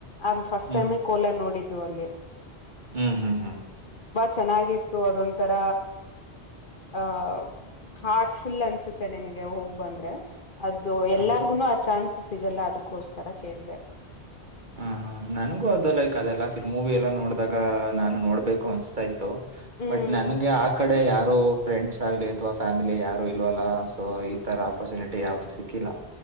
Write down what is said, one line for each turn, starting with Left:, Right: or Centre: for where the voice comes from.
Left: um first
Right: hmm
Left: time Cola ನೋಡಿದ್ದ್ ಅದು ಅಲ್ಲೇ
Right: ಹ್ಮ್ ಹ್ಮ್ ಹ್ಮ್
Left: ಚೆನ್ನಾಗಿತ್ತು ಅದೊ ತರ ಆ ಹಾರ್ಟ ಫುಲ್ ಅನ್ಸುತ್ತೆ ನನ್ಗೆ ಹೋಗ್ ಬಂದ್ರೆ ಅದು ಎಲ್ಲಾರ್ಗುನು
Right: ಹಾ
Left: ಮನ್ಸು ಸಿಗಲ್ಲ ಅದಕ್ಕೋಸ್ಕರ ಕೇಳಿದೆ
Right: ಹ ಹ ನನಗೂ ಅದು ಲೈಕ್ ಅದೆಲ್ಲ ಫಿಲ್ ಮೂವಿ ಎಲ್ಲಾ ನೋಡ್ದಾಗ ನಾನು ನೋಡ್ಬೇಕು ಅನ್ಸ್ತಾ ಇತ್ತು
Left: ಹ್ಮ್
Right: ಬಟ್ ನನ್ಗೆ ಆ ಕಡೆ ಯಾವ ಫ್ರೆಂಡ್ಸ್ ಆಗ್ಲಿ ಅಥವಾ ಫ್ಯಾಮಿಲಿ ಯಾರು ಇಲ್ವಲ್ಲ ಸೊ ಈ ತರ ಅಪರ್ಚುನಿಟಿ ಯಾವ್ದ ಸಿಕ್ಕಿಲ್ಲ